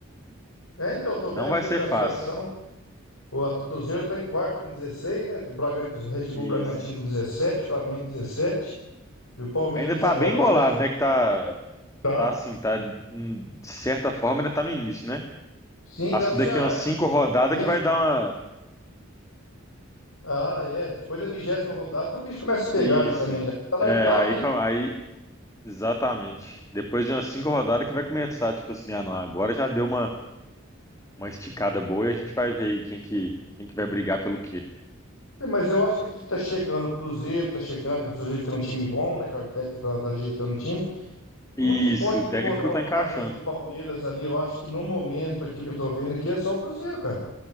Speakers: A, on the left; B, on the left.
A: É, então, tô
B: Não
A: vendo aqui
B: vai ser
A: a classificação.
B: fácil.
A: O at- Cruzeiro tá em quarto com dezesseis né? O Bragan- o Red Bull
B: Isso.
A: Bragantino com dezessete Flamengo 17 e o Palmeiras
B: Ainda
A: 19.
B: tá bem bolado,
A: O Atlético
B: né? Que tá,
A: tá.
B: tá assim, tá hum, de certa forma ainda tá no início, né?
A: Sim,
B: Acho
A: até o
B: que
A: Ceará
B: daqui umas cinco
A: em
B: rodadas
A: sexto.
B: que vai dar uma.
A: Ah, é. Depois da vigésima rodada que o bicho começa a pegar
B: Isso.
A: já também. Já tá na
B: É,
A: oitava
B: aí,
A: ainda.
B: com- aí, exatamente. Depois de umas cinco rodadas que vai começar, tipo assim, ah, não, agora já deu uma, uma esticada boa e a gente vai ver aí quem que, quem que vai brigar pelo quê.
A: Mas eu acho que aqui que tá chegando o Cruzeiro, tá chegando, que o Cruzeiro tem um time bom, né, cara? O técnico tá, tá ajeitando o time.
B: Isso,
A: O único que pode
B: o
A: incomodar
B: técnico
A: o
B: tá encaixando.
A: Flamengo, o Palmeiras ali, eu acho que no momento aqui que eu tô vendo aqui é só o Cruzeiro, cara.